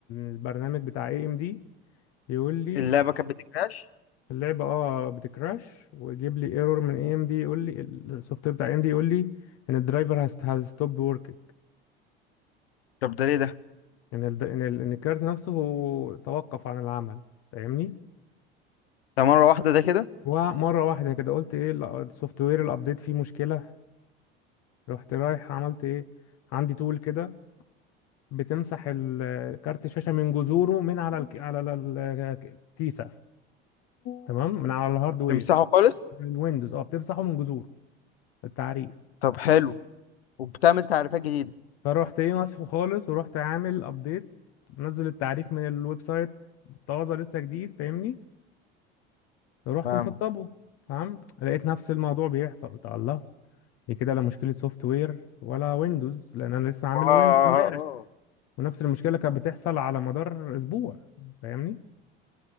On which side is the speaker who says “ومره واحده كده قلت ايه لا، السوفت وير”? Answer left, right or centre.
Left